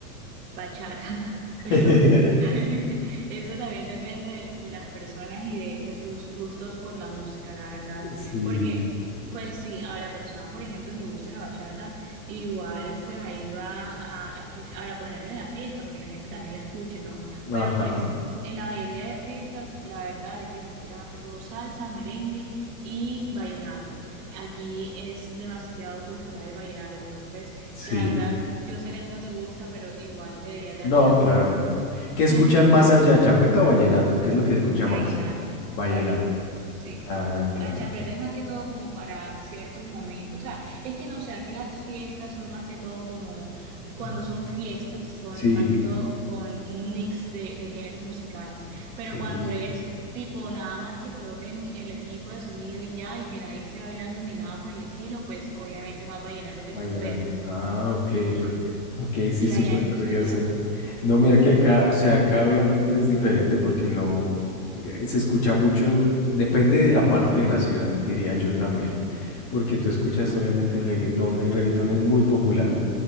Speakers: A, on the right; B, on the left.
A: bachata, <laughs> pero
B: <laughs>
A: <laughs> eso también depende de, de las personas y de, de sus gustos por la música, la verdad.
B: Sí,
A: Porque, pues, si a la persona, por ejemplo, le gusta la bachata, igual, pues ahí va a, a escuchar, a ponerla en la fiesta, porque la gente también la escuche, ¿no? Pero,
B: ajá,
A: pues, en la mayoría de fiestas, la verdad es que se escucha más que todo salsa, merengue y vallenato. Aquí es demasiado cultural el vallenato, entonces.
B: sí.
A: La verdad, yo sé que a ti no te gusta, pero igual deberías darle
B: No,
A: la oportunidad.
B: claro. ¿Qué
A: <laughs>
B: escuchan más allá, champeta o vallenato? ¿Qué es lo que se escucha
A: Vallenato,
B: más? Vallenato.
A: vallenato, sí.
B: Ah, claro.
A: La champeta es más que todo como para ciertos momentos. O sea, es que no sé, aquí las fiestas son más que todo como
B: Ujú.
A: cuando son fiestas, son
B: Sí,
A: más que todo con un mix de, de géneros musicales. Pero
B: sí,
A: cuando es tipo nada más que coloquen el equipo de sonido y ya, y que nadie esté bailando ni nada por el estilo, pues obviamente más vallenato que
B: vallenato.
A: champeta.
B: Ah, ok.
A: Ujú.
B: Ok, sí,
A: Y
B: súper
A: allá en tu
B: curioso.
A: ciudad.
B: No, mira
A: <laughs>
B: que acá, o sea, acá obviamente es diferente porque no eh, se escucha mucho, depende de la parte de la ciudad, diría yo también.
A: Ujú.
B: Porque tú escuchas obviamente reggaetón, el reggaetón es muy popular.